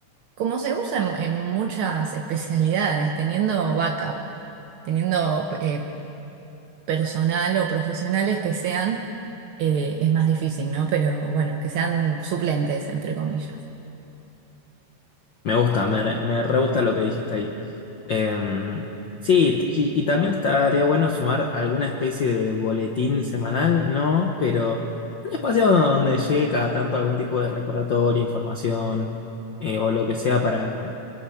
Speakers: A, on the right; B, on the left.
A: como se usa en, en muchas <laughs> especialidades, teniendo backup, teniendo eh, personal o profesionales que sean, eh, es más difícil, ¿no? Pero bueno, que sean suplentes, entre comillas.
B: Me gusta, me, re- me re gusta lo que dijiste ahí. Eh, sí, t- y, y también estaría bueno sumar alguna especie de boletín semanal, ¿no? Pero un espacio donde llegue cada tanto algún tipo de recordatorio, información eh, o lo que sea para